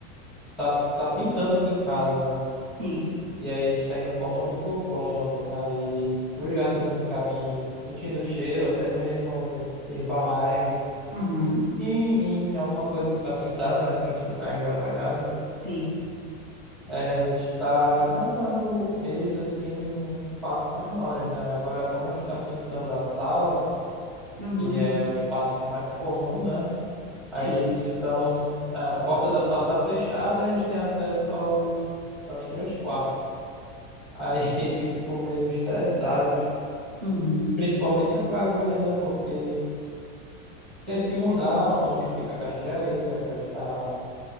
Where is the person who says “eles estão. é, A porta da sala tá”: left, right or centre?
Centre